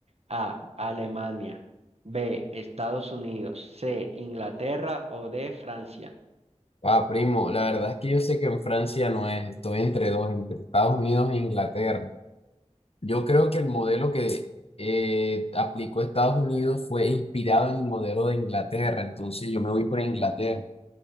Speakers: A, on the right (about 60°); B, on the left (about 55°).
A: A, Alemania. B, Estados Unidos. C, Inglaterra o D, Francia.
B: Ah, primo, la verdad es que yo sé que en Francia no es, estoy entre dos, entre Estados Unidos e Inglaterra. Yo creo que el modelo que eh, aplicó Estados Unidos fue inspirado en el modelo de Inglaterra, entonces yo me voy por Inglaterra.